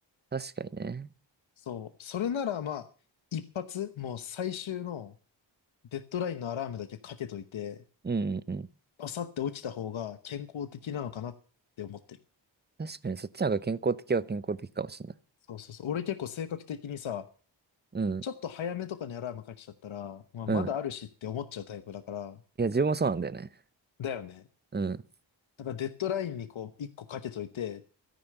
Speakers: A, on the right; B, on the left.
A: あ、確かにね。
B: そう、それならまあ、一発、もう最終のデッドラインのアラームだけかけといて、
A: うんうんうん。
B: バサって起きた方が健康的なのかなって思ってる。
A: 確かにそっちの方が健康的は健康的かもしれない。
B: そうそうそう。俺結構性格的にさ、
A: うん、
B: ちょっと早めとかにアラームかけちゃったら、まあ、
A: うん。
B: まだあるしって思っちゃうタイプだから、
A: いや、自分もそうなんだよね。
B: だよね。
A: うん。
B: だからデッドラインにこう、一個かけといて、